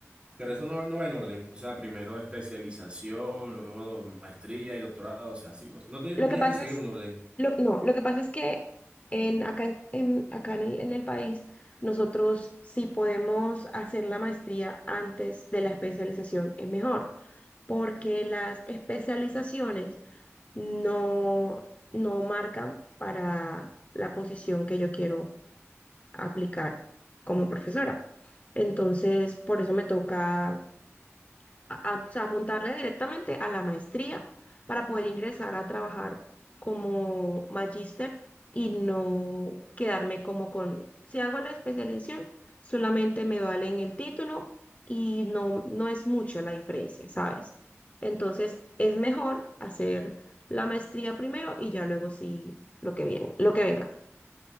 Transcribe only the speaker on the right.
Pero eso no, no va en orden, o sea, primero especialización, luego maestría y doctorado, o sea, así, o- no, te- no
tienes
que seguir
un orden.